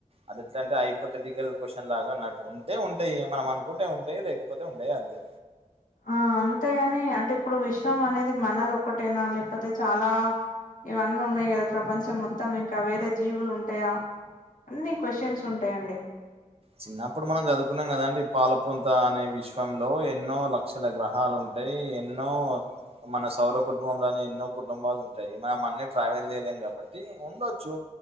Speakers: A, on the right; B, on the left.
A: అది ఎట్లంటే హైపోథేటికల్ క్వశ్చన్ లాగా అన్నట్టు ఉంటే ఉంటయి, మనం అనుకుంటే ఉంటయి, లేకపోతే ఉండయి అంతె.
B: ఆ అంతేగాని అంటే ఇప్పుడు విశ్వం అనేది మనది ఒకటేనా లేపోతే చాలా ఇవన్నీ ఉన్నాయి గదా ప్రపంచం మొత్తం ఇంకా వేరే జీవులు ఉంటయా? అన్నీ క్వశ్చన్స్ ఉంటయండి.
A: చిన్నప్పుడు మనం చదువుకున్నాం కదండీ! పాలపొంత అనే విశ్వంలో ఎన్నో లక్షల గ్రహాలు ఉన్ టయి ఎన్నో మన సౌర కుటుంబంలోని ఎన్నో కుటుంబాలు ఉంటాయి. మనం అన్ని ట్రావెల్ చేయలేం కాబట్టి ఉండొచ్చు.